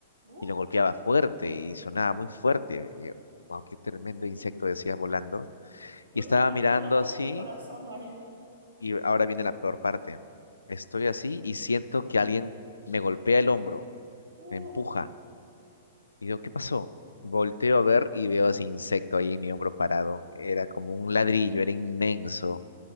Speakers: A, on the right; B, on the left.
A: Uh,
B: y lo golpeaba fuerte y sonaba muy fuerte. Y yo, wow, qué tremendo
A: uy,
B: insecto
A: uy, uy,
B: decía
A: uy, uy.
B: volando.
A: Creo
B: Y estaba
A: que me daría
B: mirando
A: un ataque
B: así
A: de corazón ahí.
B: y ahora viene la peor parte. Estoy así y siento que alguien me golpea el hombro,
A: Uh,
B: me empuja. Y digo, ¿qué pasó? Volteo a ver y veo ese insecto ahí en mi hombro parado. Era como un ladrillo, era inmenso